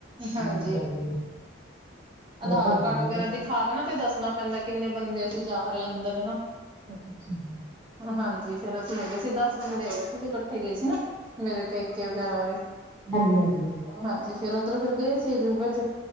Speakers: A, on the right (about 25°); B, in the centre.
A: ਹਾਂਜੀ।
B: ਠੀਕ ਆ ਜੀ, ਫਿਰ
A: ਅਧਾਰ
B: ਤਾਂ ਠੀਕ
A: ਕਾਰਡ ਵਗੈਰਾ
B: ਹੈ।
A: ਦੀ ਖਾ ਕੇ ਨਾ ਤੇ ਦੱਸਣਾ ਪੈਂਦਾ ਕਿੰਨੇ ਬੰਦੇ ਅਸੀਂ ਜਾ ਰਹੇ ਆ ਅੰਦਰ ਹਨਾ।
B: ਅੱਛਾ ਅੱਛ ਜ <unintelligible> <unintelligible>
A: ਹਾਂਜੀ। ਫੇਰ ਅਸੀਂ ਹੈਗੇ ਸੀ ਦਸ ਬੰਦੇ ਹੈਗੇ ਸੀ ਬੀ ਕੱਠੇ ਗਏ ਸੀ ਨਾ। ਮੇਰੇ ਪੇਕੇ ਵਗੈਰਾ ਓਰੇ।
B: ਹਾਂਜੀ- ਹਾਂਜੀ।
A: ਹਾਂਜੀ। ਫੇਰ ਉੱਧਰ ਫੇਰ ਗਏ ਸੀ ਅਜੂਬੇ ਚ।